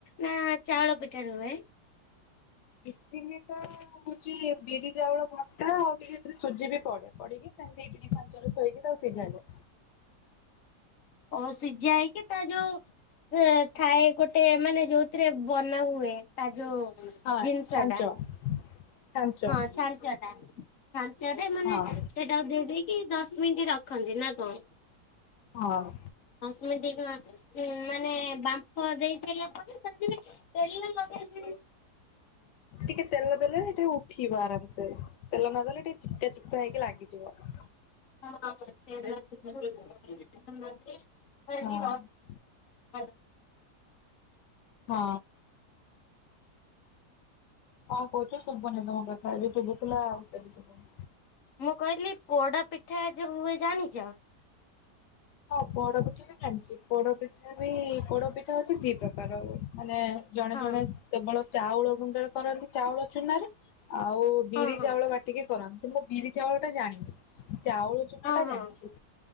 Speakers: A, on the left; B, on the left.
A: ନା ଚାଉଳ ପିଠାରେ ହୁଏ
B: କଟିିନିଟା ହଉଛି ବିରି ଚାଉଳ ଭଣ୍ଟା ଆଉ ଟିକେ ସେଥିରେ ସୁଜି ବି ପଡେ ପଡିକି ସେମତି ହେକି ହୋଇଏଗ ତଉ ଜାଣ
A: ଅ ସିଝା ହେଇକି ତା ଯୋଉ ଥାଏ ଗୋଟେ ମାନେ ଯୋଉଥିରେ ବନା ହୁଏ ତା ଯୋଉ
B: ହଁ
A: ଜିନିଷ
B: ଛାଞ୍ଚ
A: ଟା
B: ଛାଞ୍ଚ
A: ହଁ ଛାଞ୍ଚ ଟା ଛାଞ୍ଚଟେ ମାନେ
B: ହଁ
A: ସେଟାକୁ ଦଦ କି ଦଶ ମିନିଟ୍ ରଖନ୍ତି ନା କଣ
B: ହଁ
A: ହଁ ସେମିତି କଣ ମାନେ ବାମ୍ପ ଦେଇ ସାରିଲ ପରେ <unintelligible> ତଲିଲ ମମେି <inaudible>
B: ଟିକେ ତେଲ ଦେଲେ ସେ ଟିକେ ଉଠିବ ଆରାମସେ ତେଲ ନଦେଲେ ଟିକେ ଚିପକା ଚିପକା ହେଇକି ଲାଗିବ। ଯିବ।
A: ହଁ <unintelligible> ଖାଇ
B: ହଁ
A: <unintelligible>
B: ହଁ। ହଁ କହୁଛୁ ସବୁନି ତମ କଥା ଏବେ ତୁ ସୁବୁଥୁଲା ଆଉ ଏବେ ସୁବୁନି।
A: ମୁଁ କହିଲି ପୋଡ ପିଠା ଯୋଉ ହୁଏ ଜାଣିଛ?
B: ହଁ ପୋଡ ପିଠା ବି ଜାଣିଛି ପୋଡପିଠା ବି ପୋଡ ପିଠା ହଉଛି ଦି ପ୍ରକାର ମାନେ ଜଣେ
A: ହଁ
B: ଜଣେ କେବଳ ଚାଉଳ ଗୁଣ୍ଡରେ କରନ୍ତି ଚାଉଳ ଚୁନାରେ ଆଉ ବିରି
A: ହଁ ହଁ।
B: ଚାଉଳ ବାଟିକି କରନ୍ତି ମୁଁ ବିରି ଚାଉଳ ଟା ଜାଣିନି। ଚାଉଳ ଚୁନା
A: ହଁ
B: ଟା
A: ହଁ
B: ଜାଣିଛି